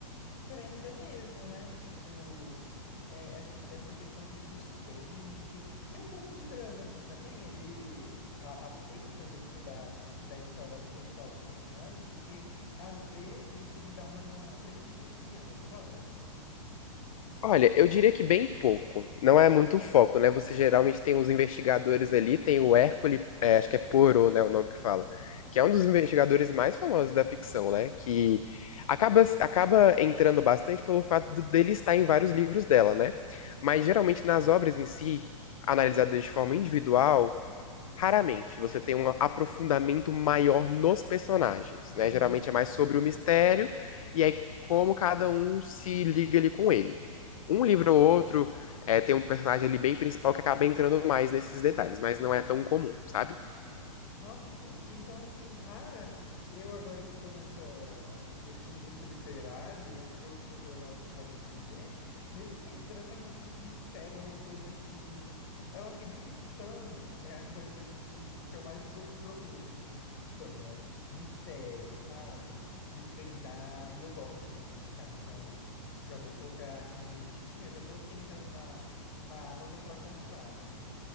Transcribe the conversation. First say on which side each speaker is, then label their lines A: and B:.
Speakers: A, on the left; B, on the left.
A: prenda mesmo, né? Tipo, é, essa, essa questão do suspense. Tem um pouco de drama, assim, também. Ele a- a- entra dentro da, da história pessoal dos personagens, porque às vezes isso me dá uma prendida, sabia? Nas histórias.
B: Olha, eu diria que bem pouco. Não é muito foco,
A: É,
B: né? Você
A: entendi.
B: geralmente tem os investigadores ali, tem o Hércules, é, acho que é Poirot, né, o nome que fala, que é um dos investigadores mais famosos da ficção, né? Que acaba, acaba entrando bastante pelo fato de- dele estar em vários livros dela, né? Mas geralmente nas obras em si, analisadas de forma individual, Raramente você tem um aprofundamento maior nos personagens,
A: Entendi.
B: né? Geralmente é mais sobre o mistério e aí como cada um se liga ali com ele. Um livro ou outro é, tem um personagem ali bem principal que acaba entrando mais nesses detalhes, mas não é tão comum, sabe?
A: Nossa, entendi. Então, assim, cara, eu agora que tô nessa, nesse luto literário, pro- procurando algo que vai me prender, mesmo sem o drama, realmente mistério é uma coisa que. Eu acho que de ficção é a coisa de que eu mais pro- procuro nesse livro de ficção. É mistério, sabe? Desvendar. E eu gosto de romance policial, então já vou colocar aqui na minha listinha, já tô aqui entrando na, na Amazon pra comprar.